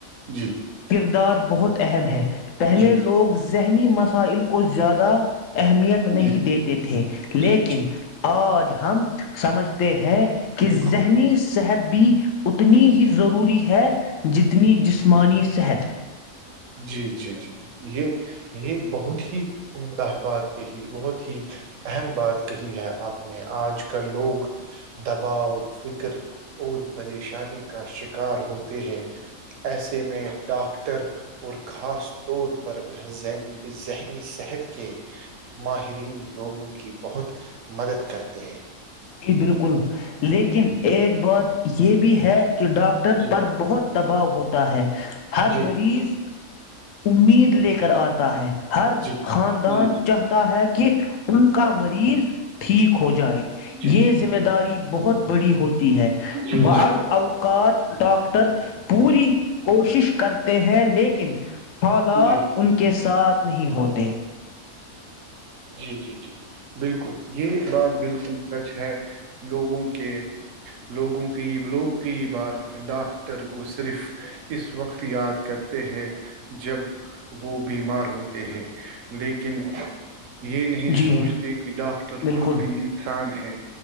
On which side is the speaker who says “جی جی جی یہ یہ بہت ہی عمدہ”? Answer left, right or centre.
Right